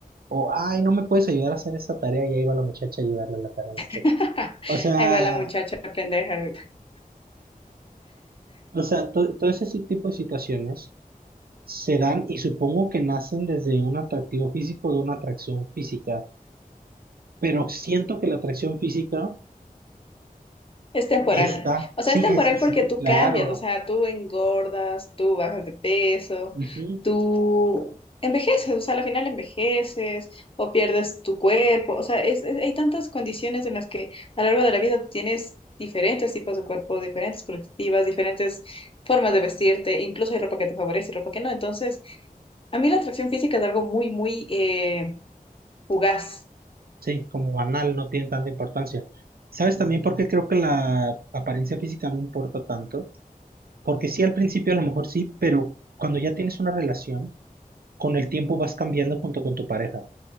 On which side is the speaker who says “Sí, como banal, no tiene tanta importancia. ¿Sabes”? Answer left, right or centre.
Right